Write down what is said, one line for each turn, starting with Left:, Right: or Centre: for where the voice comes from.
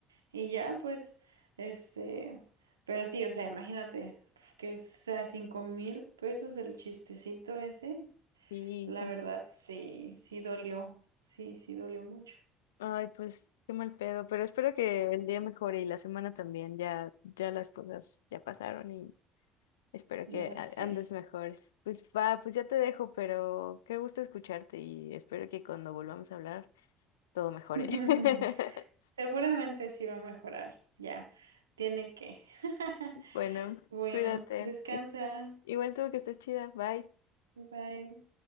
Right: y ya, pues, este, pero sí, o sea, imagínate, que sea cinco mil pesos el chistecito ese,
Left: Sí,
Right: la
Left: qué-
Right: verdad sí, sí dolió, sí, sí dolió mucho,
Left: ay, pues qué mal pedo, pero espero que el día mejore y la semana también, ya, ya las cosas ya pasaron y espero
Right: ya
Left: que
Right: sé.
Left: a- andes mejor. Pues va, pues ya te dejo, pero qué gusto escucharte y espero que cuando volvamos a hablar todo mejore.
Right: <laughs>
Left: <laughs>
Right: Seguramente sí va a mejorar. Ya, tiene que. <laughs>
Left: Bueno,
Right: Bueno,
Left: cuídate.
Right: descansa.
Left: que- Igual tú que estés chida, bye.
Right: Bye.